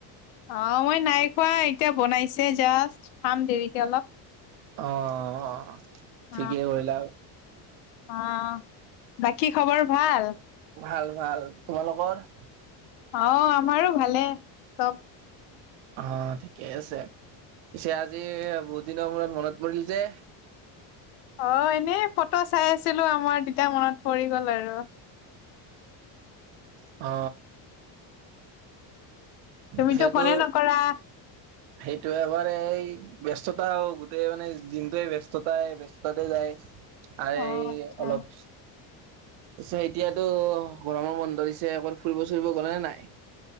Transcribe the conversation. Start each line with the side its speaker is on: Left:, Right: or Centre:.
Left: অ মই নাই খোৱা এতিয়া বনাইছে জাষ্ট খাম দেৰিকে অলপ
Right: অ অ অ
Left: অ
Right: ঠিকে কৰিলা
Left: অ বাকী খবৰ ভাল
Right: ভাল ভাল তোমালোকৰ?
Left: অ আমাৰো ভালে চব
Right: অ ঠিকেই আছে পিছে আজি বহুত দিনৰ মূৰত মনত পৰিল যে
Left: অ এনেই ফটো চাই আছিলো আমাৰ তেতিয়া মনত পৰি গল আৰু
Right: অ
Left: তুমিতো
Right: এতিয়াতো
Left: ফোনে নকৰা
Right: সেইটো এবাৰ এই ব্যস্ততা আৰু গোটেই মানে দিনটোৱে ব্যস্ততাই ব্যস্ততাতে যায় আই
Left: অ আচ্ছা
Right: অলপ আচ্ছা এতিয়াতো গৰমৰ বন্ধ দিছে এবাৰ ফুৰিব চুৰিব গ'লে নে নাই